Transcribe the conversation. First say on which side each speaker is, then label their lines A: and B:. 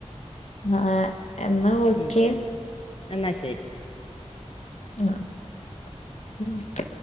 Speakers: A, on the left (about 75°); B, on the left (about 50°).
A: ആഹ് എന്നാ ഓക്കെ
B: ഉം എന്നാ ശരി
A: <unintelligible>